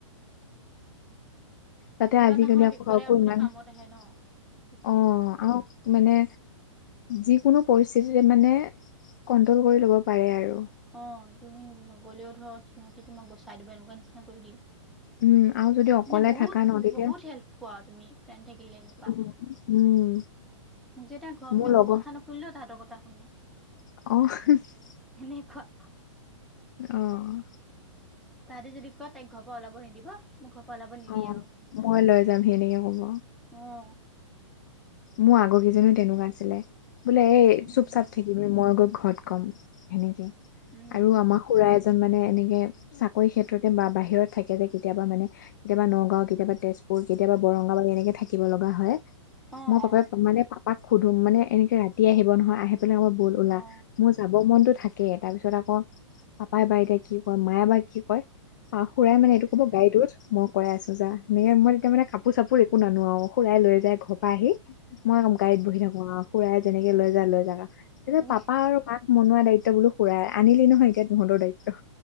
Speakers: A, on the left (about 35°); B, in the centre.
A: তাতে
B: কোনোবা
A: আজিকালি
B: দিনাখন
A: আকৌ
B: বিপদে
A: কাৰুকু
B: আপদে
A: ইমান,
B: কামত আহে
A: অ',
B: ন সেইটোৱে
A: আৰু। মানে, যিকোনো পৰিস্থিতিৰে মানে কণ্ট্ৰ'ল কৰি ল'ব পাৰে আৰু।
B: অ', তুমি নগলেও ধৰ সিহঁতে তোমাক বচাই দিব এনেকুৱা নিচিনা কৰি দিয়ে।
A: উম আৰু যদি অকলে
B: মানে বহুত
A: থাকা ন তেতিয়া
B: বহুত হেল্প পোৱা আৰু তুমি ফ্ৰেণ্ড থাকিলে এনেকুৱা।
A: উম উম।
B: মোক যে এতিয়া ঘৰ
A: মোৰ
B: মানুহে
A: লগৰ
B: মোক কথা নুশুনিলে তেখেতৰ কথা শুনি।
A: অ'।
B: এনেকুৱা।
A: অ'।
B: তাতে যদি কয় তাইক ঘৰ পৰা ওলাব নিদিব। মোক ঘৰপা ওলাব নিদিয়ে
A: অ',
B: আৰু
A: মই লৈ যাম হেনেকে ক'ব।
B: অ'।
A: মোৰ আগৰ কেইজনো তেনেকুৱা আছিলে বোলে এই
B: উম
A: চুপ চাপ থাকিবি মই গৈ ঘৰত। ক'ম হেনেকৈ
B: উম
A: আৰু আমাক খুৰা এজন মানে এনেকে চাকৰি খেতত বা বাহিৰত থাকে যে কেতিয়াবা মানে। কেতিয়াবা নগাঁও, কেতিয়াবা তেজপুৰ, কেতিয়াবা বৰংগাবাদ এনেকে থাকিব লগা হয়।
B: অ
A: মই পাপাই
B: অ
A: মানে পাপাক খুদু মানে এনেকে ৰাতি আহিব নহয় আহি পেলাই অই ব'ল ওলা
B: অ
A: মোৰ যাব মনতো থাকে তাৰ পিছত আকৌ পাপাই বা এতিয়া কি কয় মায়ে বা কি কয়। আহ সুৰাই
B: অ অ
A: মানে এইটো ক'ব। গাড়ী তোত মই কৰাই আছো যায় এনেকে মই তেতিয়া মানে কাপোৰ সাপুৰ একো নানো আৰু খুৰাই লৈ যাই ঘৰ পা আহি। মই গাড়ীত বহি থাকো আৰু খুৰাই যেনেকে লৈ যাই লৈ যাওক আৰু তেতিয়া
B: উম
A: পাপা আৰু। পাক মনোৱা দায়িত্ব বুলু সুৰাই আনিলি নহয় এতিয়া তহঁতৰ দায়িত্ব।